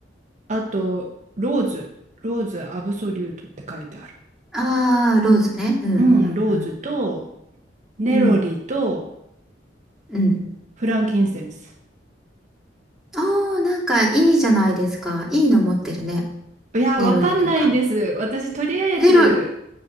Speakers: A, on the right; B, in the centre.
A: あと、ローズ、ローズアブソリュートって書いてある。
B: ああー、ローズね。うんうん
A: うん、ローズと、ネロリと、
B: うんうん。うん。うん。
A: フランキンセンス。
B: ああー、なんかいいじゃないですか。いいの持ってるね。
A: いや、
B: ネロリとか。
A: わかんないです。私、とりあえず、
B: ネロリ、